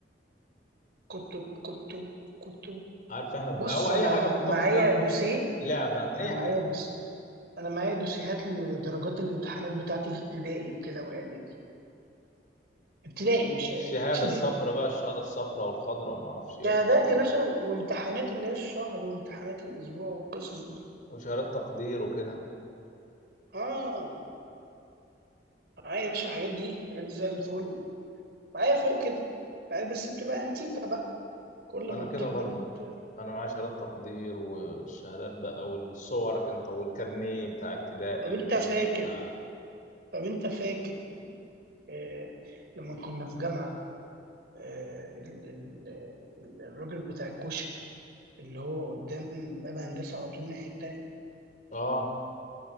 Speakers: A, on the right; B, on the left.
A: كتب كتب كتب
B: عارف احنا بنح...
A: بص
B: او اي
A: انا
B: حاجة محتفظ
A: معايا
B: بيها انت
A: دوسيه
B: لعبة
A: انا
B: اي
A: معايا
B: حاجة
A: دوس انا معايا دوسيهات لدرجات الامتحانات بتاعتي في ابتدائي وكده واعدادي ابتدائي مش اعدادي
B: الشهادة
A: ابتدائي
B: الصفراء بقى الشهادة الصفراء والخضراء وما اعرفش ايه
A: شهادات
B: والحاجات دي
A: يا باشا وامتحانات اللي هي الشهر وامتحانات الاسبوع والقصص دي
B: وشهادات تقدير وكده
A: اه معايا يا باشا الحاجات دي الحاجات دي زي الفل معايا فوق كده معايا بس بتبقى انتيكة بقى كل
B: انا
A: ما
B: كده
A: بتكبر
B: برضو
A: بت...
B: انا معايا شهادات تقدير والشهادات بقى والصورك انت والكارنيه
A: <clears throat>
B: بتاع ابتدائي
A: طب انت
B: والكارنيه
A: فاكر
B: بتاع
A: طب انت فاكر آه... لما كنا في جامعة آه... ال... ال... ال- الراجل بتاع الكشك اللي هو قدام باب هندسة على طول الناحية التانية
B: اه